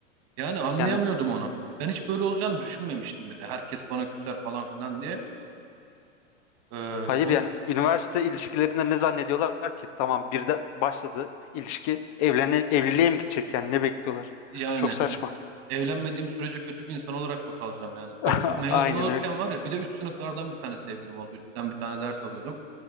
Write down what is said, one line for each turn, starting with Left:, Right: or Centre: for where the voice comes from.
Right: Yani anlayamıyordum
Left: Yani
Right: onu. Ben hiç böyle olacağını düşünmemiştim bir de. Herkes bana küser falan filan diye. Ee,
Left: hayır
Right: on,
Left: yani üniversite ilişkilerinde ne zannediyorlar ki? Tamam birden başladı ilişki. Evlene, evliliğe mi gidecek yani ne bekliyorlar?
Right: yani
Left: Çok saçma.
Right: evlenmediğim sürece kötü bir insan olarak mı kalacağım yani?
Left: <laughs>
Right: Bak mezun
Left: Aynen
Right: olurken
Left: öyle.
Right: var ya bir de üst sınıflardan bir tane sevgilim oldu. Üstten bir tane ders alıyordum.